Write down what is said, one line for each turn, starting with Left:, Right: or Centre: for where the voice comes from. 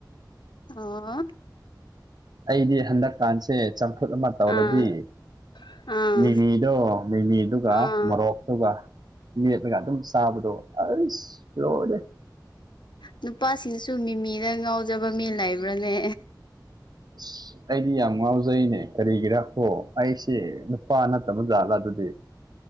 Left: ꯑꯣ
Right: ꯑꯩꯗꯤ ꯍꯟꯗꯛꯀꯥꯟꯁꯦ ꯆꯝꯐꯨꯠ ꯑꯃ ꯇꯧꯔꯗꯤ
Left: ꯑꯥ ꯑꯥ
Right: ꯃꯤꯃꯤꯗꯣ ꯃꯤꯃꯤ ꯑꯗꯨꯒ
Left: ꯑꯥ
Right: ꯃꯣꯔꯣꯛ ꯑꯗꯨꯒ ꯃꯦꯠꯂꯒ ꯑꯗꯨꯝ ꯆꯥꯕꯗꯣ ꯑꯁ ꯂꯣꯏꯔꯦ
Left: ꯅꯨꯄꯥꯁꯤꯡꯁꯨ ꯃꯤꯃꯤꯗ ꯉꯥꯎꯖꯕ ꯃꯤ ꯂꯩꯕ꯭ꯔꯥꯅꯦ
Right: ꯑꯁ ꯑꯩꯗꯤ ꯌꯥꯝ ꯉꯥꯎꯖꯩꯅꯦ ꯀꯔꯤꯒꯤꯔꯥ ꯀꯣ ꯑꯩꯁꯦ ꯅꯨꯄꯥ ꯅꯠꯇꯕ ꯖꯥꯠꯂ ꯑꯗꯨꯗꯤ